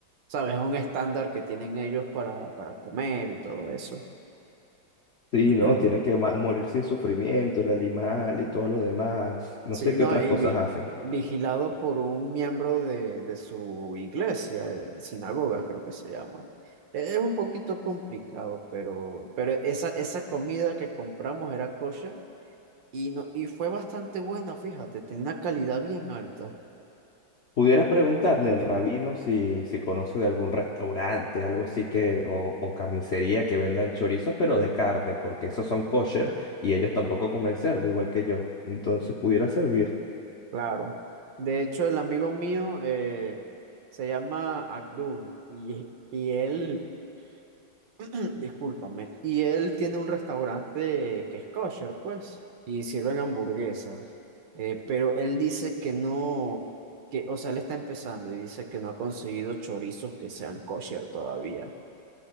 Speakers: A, on the right; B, on the left.
A: sabes, es un estándar que tienen ellos para, para comer y todo eso.
B: Sí,
A: <clears throat>
B: no, tienen que ma- morir sin sufrimiento, el animal y todo lo demás. No
A: Sí,
B: sé qué
A: no,
B: otras
A: y
B: cosas
A: vi-
B: hacen.
A: vigilado por un miembro de, de su iglesia, eh, sinagoga creo que se llama. E- Es un poquito complicado, pero, pero esa, esa comida que compramos era kosher y, no, y fue bastante buena, fíjate, tenía una calidad bien alta.
B: Pudieras preguntarle al rabino si, si conoce de algún restaurante, algo así que, o, o carnicería que vendan chorizos, pero de carne, porque esos son kosher y ellos tampoco comen cerdo, igual que yo. Entonces pudiera servir.
A: Claro. De hecho, el amigo mío eh, se llama Abdul y, y él, <clears throat> Discúlpame. Y él tiene un restaurante que es kosher, pues, y sirven hamburguesas. Eh, pero él dice que no, que, o sea, él está empezando y dice que no ha conseguido chorizos que sean kosher todavía.